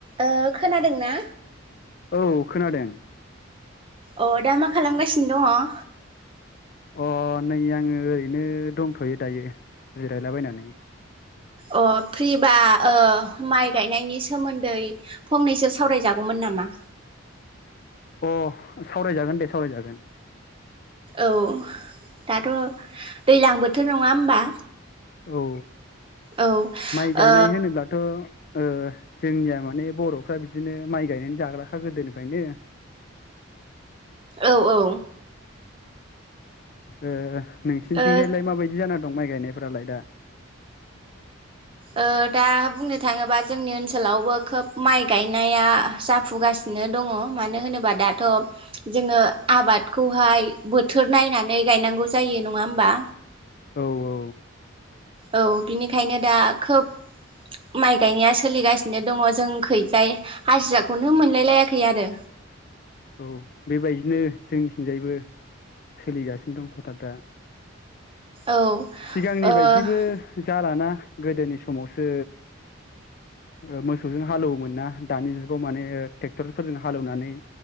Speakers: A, on the right; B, on the left.
A: ओ खोनादोंना?
B: औ खोनादों
A: अ दा मा खालाम गासिनो दंङ?
B: अ नै आंङो ओरैनो दंथ'यो दायो जिरायलाबायनानै
A: अ फ्रिबा ओ माइ गायनायनि सोमोन्दै फंनैसो सावरायजागौमोन नामा?
B: अ सावरायजागोन दे सावरायजागोन
A: औ दाथ' दैलां बोथोर नंङा होमबा?
B: औ
A: औ ओ
B: माइ गायनाय
A: औ
B: होनोब्लाथ' ओ जोंनिया माने बर'फ्रा बिदिनो माइ गायनानै जाग्राखा गोदोनिफ्रायनो
A: औ औ
B: ए नोंसिनिथिंजायलाय
A: ओ
B: माबायदि जाना दं माइ गायनायफोरालाय दा
A: ओ दा बुंनो थांङोबा जोंनि ओनसोलावबो खोब माइ गाय नाया जाफुगासिनो दंङ मानो होनोबा दाथ' जोंङो आबादखौय हाय बोथोर नायनानै गायनांगौ जायो नंङा होमबा‌।
B: औ औ
A: औ बिनिखायनो दा खोब माइ गायनाया सोलिगासिनो दंङ जोंखैजाय हाजिराखौनो मोनलाय लायाखै आरो।
B: औ बेबायदिनो जोंनिथिंजायबो सोलिगासिनो दं कथार दा
A: औ ओ
B: सिगांनि
A: औ
B: बायदिबो जालाना गोदोनि समावसो ओ मोसौजों हालौवोमोन ना दानि जुगाव माने ट्रेक्टरफोरजों हालौनानै